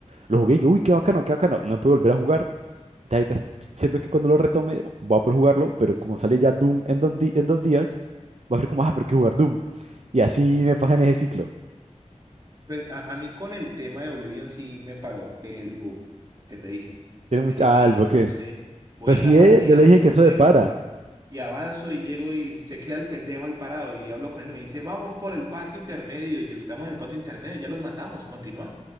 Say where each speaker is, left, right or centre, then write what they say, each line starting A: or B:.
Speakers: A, on the right; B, on the right.
A: Lo jugué y yo, uy, qué bacano, qué bacano, no puedo volver a jugar ya ahorita siento que cuando lo retome voy a poder jugarlo, pero como sale ya Doom en dos, di- en dos días, va a ser como, ah, pero hay que jugar Doom. Y así me pasa en ese ciclo.
B: Pues a, a mí con el tema de Oblivion sí me paró el bug que te dije.
A: Tiene
B: Es
A: mucha
B: el glitch,
A: algo
B: yo
A: que.
B: no sé. Voy
A: pero
B: en
A: si
B: la partida
A: eh, yo le
B: muy
A: dije
B: contento
A: que eso de para.
B: y avanzo y llego y se queda el pendejo ahí parado y hablo con él y me dice, vamos por el patio intermedio. Y yo, estamos en el patio intermedio, ya los matamos, continúa.